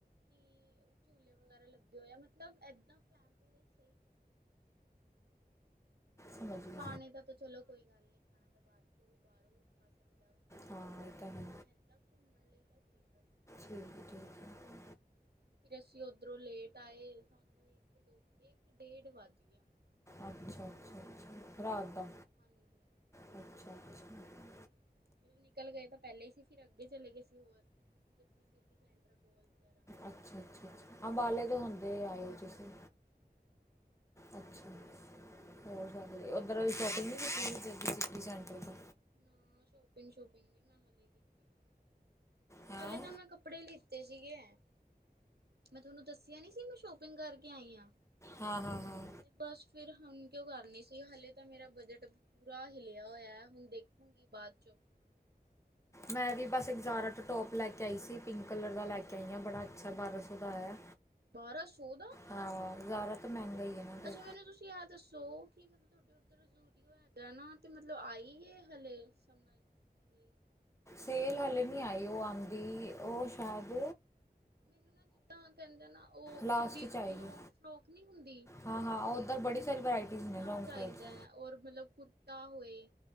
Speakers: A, on the right; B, on the left.
A: ਕੀ ਝਲੇ, ਵਗੈਰਾ ਲੱਗੇ ਹੋਏ ਆ ਮਤਲਬ ਏਦਾ ਫੈਮਲੀ <inaudible>
B: ਸਮਝ ਗਈ
A: ਖਾਣੇ ਦਾ ਚਲੋ ਕੋਈ ਗੱਲ ਨੀ, ਖਾਣਾ ਤਾਂ ਬਾਦਚ ਬਾਹਰੋਂ ਆ ਸਕਦਾ ਬੰਦਾ,
B: ਹਾਂ ਇਹ ਤਾਂ ਹੈ
A: ਹਾਂ ਏਦਾਂ ਘੁੰਮਣ ਲਈ ਤਾਂ ਠੀਕ ਆ
B: ਠੀਕ ਹੈ ਠੀਕ ਹੈ
A: ਹੂੰ, ਫੇਰ ਅਸੀਂ ਓਧਰੋਂ ਲੇਟ ਆਏ ਸਾਨੂੰ ਇੱਕ ੋ ਇੱਕ, ਡੇਢ ਵੱਜ ਗੇਆ।
B: ਅੱਛਾ ਅੱਛਾ ਅੱਛਾ ਰਾਤ ਦਾ
A: ਹਾਂਜੀ।
B: ਅੱਛਾ ਅੱਛਾ
A: ਹੂੰ, ਮਤਲਬ ਨਿਕਲ ਗਏ ਤਾਂ ਪੈੱਲੇ ਹੀ ਸੀ, ਫੇਰ ਅੱਗੇ ਚਲੇ ਗਏ ਸੀ ਹੋਰ ਜੱਗੀ ਸੀਟੀ ਸੈਂਟਰ ਕੋਲ ਵਗੈਰਾ
B: ਅੱਛਾ ਅੱਛਾ ਅੱਛਾ
A: ਤੇ
B: ਅੰਬਾਲੇ
A: ਫਿਰ
B: ਤੋ ਹੋੱਦੇ ਆਏ ਔ
A: ਹਾਂਜੀ
B: ਤੁਸੀਂ
A: ਹਾਂਜੀ।
B: ਅੱਛਾ
A: ਹੋਰ ਦੱਸੋ?
B: ਹੋਰ ਸਭ ਵਧੀਆ, ਓੱਦਰੋ ਸੋ਼ਪਿੰਗ ਨੀ ਕੀਤੀ ਜੱਗੀ ਸੀਟੀ ਸੇੰਟਰ ਤੋਂ।
A: ਨਾ, ਸ਼ੋਪਿੰਗ-ਸੁ਼ਪਿੰਗ ਨੀ ਮੈਂ ਹਲੇ ਕੀਤੀ।
B: ਹੈਂ
A: ਹਾਲੇ, ਤਾਂ ਮੈਂ ਕੱਪੜੇ ਲਿੱਤੇ ਸੀਗੇ। ਮੈਂ ਤੁਹਨੂੰ ਦੱਸਿਆ ਨੀ ਸੀ, ਮੈਂ ਸ਼ੋਪਿੰਗ ਕਾਰਕੇ ਆਈ ਆ।
B: ਹਾਂ-ਹਾਂ, ਹਾਂ।
A: ਤੇ, ਬਸ ਫੇਰ ਹੋਣ ਕਿਓ ਕਰਨੀ ਸੀ, ਹਲੇ ਤਾਂ ਮੇਰਾ ਬਜਟ ਪੂਰਾ ਹਿਲਿਆ ਹੋਏਆ। ਹੁਣ ਦੇਖੂਗੀ ਬਾਦ ਚੋਂ।
B: ਮੈਂ ਵੀ ਬਸ ਇੱਕ ਜ਼ਾਰਾਂ ਦਾ ਟੋਪ ਲੈ ਕੇ ਆਈ ਸੀ, ਪਿੰਕ ਕਲਰ ਦਾ ਲੈ ਕੇ ਆਈ ਆ ਬੜਾ ਅੱਛਾ, ਬਾਰਾਂ ਸੌ ਦਾ ਆਯਾ।
A: ਬਾਰਾਂ ਸੌ ਦਾ?
B: ਹਾਂ, ਜਾਰਾ ਤਾਂ ਮੈਂਗਾ ਈ ਏ ਨਾ। ਫਿਰ
A: ਅੱਛਾ, ਮੈਨੂੰ ਤੁਸੀਂ ਆ ਦੱਸੋ ਕਿ ਮਤਲਬ ਤੋਅਡੇ ਓੱਧਰ ਕਿ ਜੂਡੀਓ ਹੈਗਾ ਨਾ, ਤੇ ਮਤਲਬ ਆਈ ਏ ਹਲੇੇ ਸਮਝ ਲਈ ਕੀ ਨਹੀਂ।
B: ਸੇਲ ਹਲੇ ਨੀ ਆਈ, ਓ ਆਦੀ, ਓ ਸ਼ਅਦ
A: ਮੈਨੂੰ ਨਾ ਜਿੱਦਾਂ ਕੈੱਦੇ ਨਾ ਓ
B: ਲਾਸਟ
A: ਪੂਰੀ
B: 'ਚ ਆਏਗੀ
A: ਲੋਂਗ ਫਰੋਕ ਨੀ ਹੁੰਦੀ।
B: ਹਾਂ ਹਾਂ ਉੱਧਰ ਬੜੀ ਸਾਰੀ ਵਰਾਇਟੀਜ਼
A: ਓਦਾਂ
B: ਨੇ ਲੌਂਗ
A: ਚਾਈਦੈ,
B: ਕੋਟ
A: ਔਰ ਮਤਲਬ ਕੁ ਕੁੜਤਾ ਹੋਏ